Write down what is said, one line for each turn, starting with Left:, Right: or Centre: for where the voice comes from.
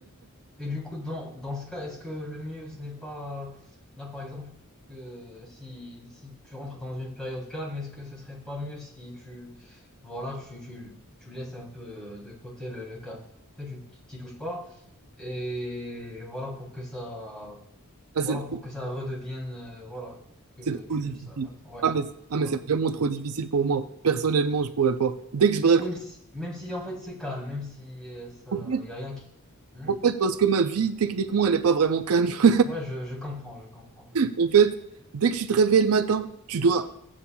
Centre: et du coup, dans, dans ce cas, est-ce que le mieux, ce n'est pas, là par exemple, que si, si tu rentres dans une période calme, est-ce que ce serait pas mieux si tu, voilà, tu, tu, tu laisses un peu de côté le, le café, tu t'y touches pas? Et voilà pour que ça,
Right: Ah,
Centre: voilà
Right: c'est trop
Centre: pour que ça redevienne, euh, voilà, que
Right: c'est
Centre: tu,
Right: trop difficile.
Centre: ça, ouais,
Right: Ah, mais, ah,
Centre: ouais.
Right: mais c'est vraiment trop difficile pour moi. Personnellement, je pourrais pas. Dès que je bref.
Centre: Mais même si, même si en fait c'est calme, même si euh, ça,
Right: En fait,
Centre: y a rien qui, Hmm
Right: en fait, parce que ma vie, techniquement, elle n'est pas vraiment calme. <laughs>
Centre: Ouais, je, je comprends, je comprends, je comprends.
Right: En fait, dès que tu te réveilles le matin, tu dois